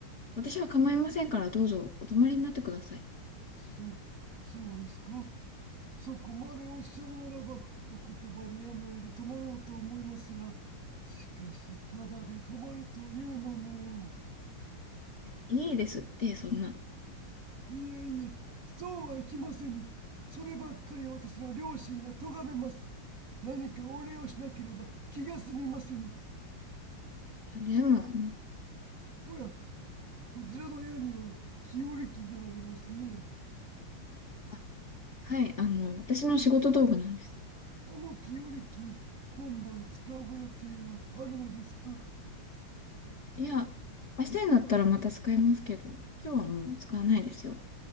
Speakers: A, on the left (about 40°); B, on the right (about 55°).
A: 私は構いませんから、どうぞお泊まりになってください。
B: そそうですかそこまでおっしゃるならばお言葉に甘えて泊まろうと思いますがしかしただで泊まるというのも
A: いいですって、そんな。
B: いえいえそうはいきませぬそればっかりは私の両親が咎めます何かお礼をしなければ気が済みませぬ
A: でも、
B: おやそちらの部屋には清暦がありますね。
A: あ、はい、あの、私の仕事道具なんです。
B: あの清暦、今晩使うご予定はあるのですか
A: いや、明日になったらまた使いますけど、今日はもう使わないですよ。